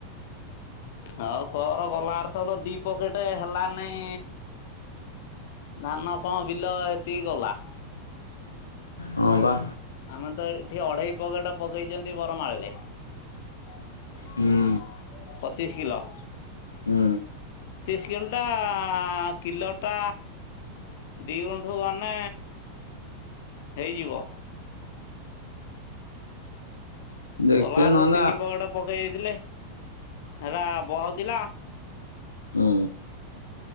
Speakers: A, on the left; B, on the left.
A: ହଁ କର ଗଲାର୍ଷ ତ ଦିଇ ପକେଟ ହେଲାନାଇ ଧାନ କଣ ବିଲ ହେତିକି ଗଲା
B: ହଁ ପା।
A: ଆମେ ତ ଏଠି ଅଢେଇ ପକେଟ ପକେଇଛନ୍ତି ବରମାଳରେ <inaudible>
B: ହୁଁ
A: ହ ଶିଖିଲ
B: ହୁଁ।
A: ଶ ଗୁଣ୍ଟା କିଲୋଟା ଦିଇ ଗୁଣ୍ଠୁ ଗନେ ହେଇଯିବ।
B: ଦେଖିଆ
A: ଗଲା ବର୍ଷ
B: ନହେଲେ
A: ତିନି
B: ଆ
A: ପଡେ ପକେଇ ଯାଇ ଥିଲେ ହେରା ବହକିଲା।
B: ହଁ।